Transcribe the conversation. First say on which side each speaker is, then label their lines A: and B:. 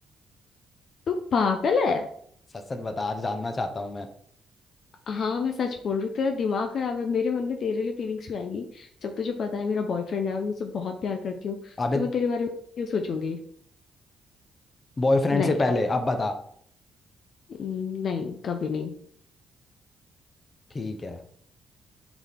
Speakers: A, on the left; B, on the left.
A: तू पागल है
B: सच सच बता आज जानना चाहता हूँ मैं
A: हाँ मैं सच बोल रही हूँ तेरा दिमाग खराब है मेरे मन में तेरे लिए फीलिंग्स क्यों आएंगी जब तुझे पता है मेरा बॉयफ्रेंड है और मैं उसे बहुत प्यार करती हूँ
B: अबे
A: तो मैं तेरे बारे में क्यों सोचूंगी
B: बॉयफ्रेंड
A: नहीं
B: से पहले
A: अब
B: अब बता
A: हम्म, नहीं कभी नहीं
B: ठीक है